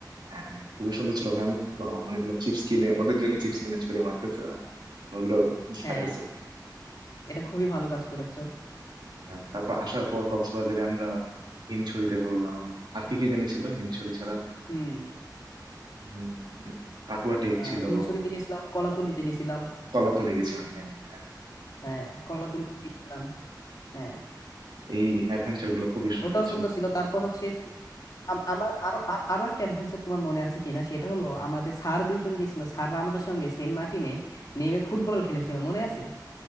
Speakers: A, on the right; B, on the left.
A: হ্যাঁ হ্যাঁ, খুবই সুন্দর ছিল ওকে আমি আহ, অনেকগুলো চিপস কিনে ওদের জন্য চিপস কিনে ছুঁড়ে মারতেছিলাম ওগুলো
B: হ্যাঁ
A: খাইতেছিল
B: এটা খুবই ভালো কাজ করেছো
A: হ্যাঁ, তারপর আসার পর কক্সবাজারে আমরা হিমছড়িতে ঘুরলাম আর কি কি জানি ছিল হিমছড়ি ছাড়া
B: হুম
A: উম, পাটুয়া টেক
B: আহ
A: ছিল
B: হিমছড়িতে গেছিলাম কলাতুলিতে গেছিলাম
A: কলাতলি গেছিলাম হ্যাঁ, হ্যাঁ।
B: হ্যাঁ কলাতুলিতে গেছিলাম হ্যাঁ
A: এই অ্যাডভেঞ্চার গুলো খুবই সুন্দর
B: ওটাও
A: ছিল
B: সুন্দর ছিল তারপর হচ্ছে আম- আমার আরো আর- আরো একটা অ্যাডভেঞ্চার তোমার মনে আছে কিনা সেটা হলো আমাদের স্যার দুইজন গেছিল স্যাররা আমাদের সঙ্গে সেন্ট মার্টিনে নেমে ফুটবল খেলেছিল মনে আছে